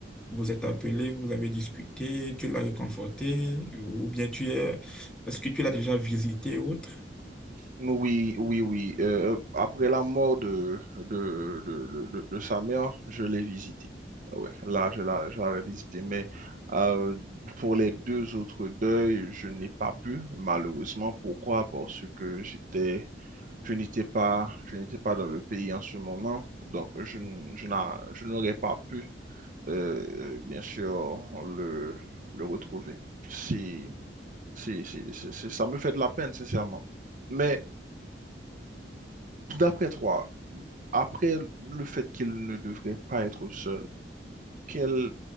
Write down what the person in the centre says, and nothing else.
Vous êtes appelé, vous avez discuté, tu l'as réconforté, ou bien tu es, est-ce que tu l'as déjà visité ou autre?